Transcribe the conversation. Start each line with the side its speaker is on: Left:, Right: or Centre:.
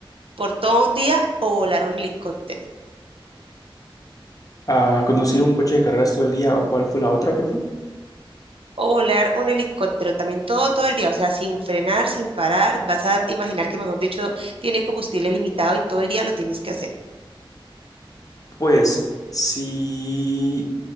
Right: por todo un día o volar un helicóptero.
Left: ¿A conducir un coche de carreras todo el día o cuál fue la otra, perdón?
Right: O volar un helicóptero también todo, todo el día, o sea, sin frenar, sin parar. Vas a imaginar que, mejor dicho, tiene combustible limitado y todo el día lo tienes que hacer.
Left: Pues si